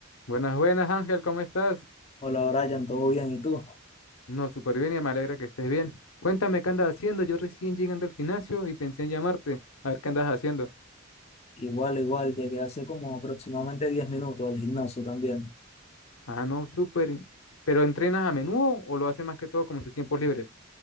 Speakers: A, on the left; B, on the left.
A: Buenas, buenas, Ángel, ¿cómo estás?
B: Hola Brian, ¿todo bien? ¿Y tú?
A: No, súper bien y me alegra que estés bien. Cuéntame qué andas haciendo. Yo recién llegando al gimnasio y pensé en llamarte. A ver qué andas haciendo.
B: Igual, igual, llegué hace como aproximadamente 10 minutos del gimnasio también.
A: Ah, no, súper. ¿Pero entrenas a menudo o lo haces más que todo como en sus tiempos libres?